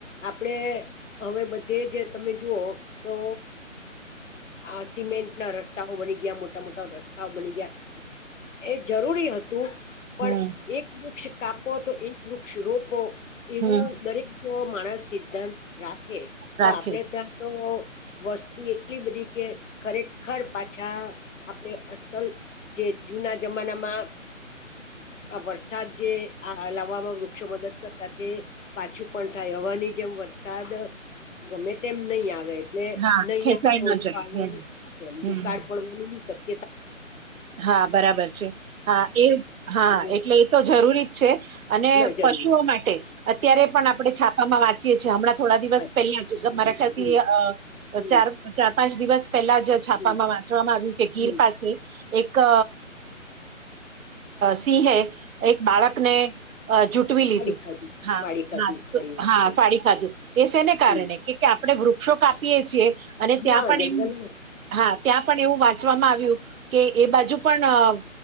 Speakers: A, on the left; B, on the right.
A: આપણે હવે બધે જે તમે જુઓ તો. આ સિમેન્ટ ના રસ્તાઓ બની ગયા મોટા મોટા રસ્તાઓ બની ગયા. એ જરૂરી હતું. પણ
B: હમ
A: એક વૃક્ષ કાપો તો એક વૃક્ષ રોપો એવું
B: હમ
A: દરેક. જો માણસ સિદ્ધાંત રાખે તો
B: રાખી
A: આપણેે ત્યાં તો વસ્ તી એટલી બધી કે ખરેખર પાછા આપણે અસલ. જે જુના જમાના માં. વરસાદ જે લાવવામાં વૃક્ષો મદદ કરતા તે. પાછું પણ થાય હવાની જેમ વરસાદ ગમે તેમ નહી આવે એટલે.
B: હા
A: ઓછ
B: ખેંચાઈ ન જાય
A: આવે
B: હમ
A: એ
B: હમ
A: દુકાળ પણ શક.
B: હા બરાબર છે હા એ હા
A: અને
B: એટલે. તો જરૂરી જ છે અને
A: ના જરૂર
B: પશુઓ માટે અત્યારે પણ આપણે છાપામાં વાંચ ચીએછ હમણાં થોડા દિવસ
A: ખાધી
B: પેલા જ મારાખ્યાંથી
A: હમ હમ
B: ચાર. ચાર પાંચ દિવસ પહેલા જ છાપામાં
A: હમ
B: વાંચવામાં આવ્યું કે ગીર
A: હમ
B: પાસે એક. સિંહે એક બાળકને જૂટવી લીધું.
A: ફાડી ખાધું
B: હા
A: ફાડી ખાધું
B: હા
A: ખરી વાત
B: હા
A: છે
B: ફાળી ખાજુ એ એને કારણે
A: હમ
B: કે. કે આપણે વૃક્ષો કાપીએ છીએ અને
A: હા
B: ત્યાં પણ
A: જંગલ
B: એ હા ત્યાં પણ એવું વાત. વામાં આવ્યું. કે એ બાજુ પણ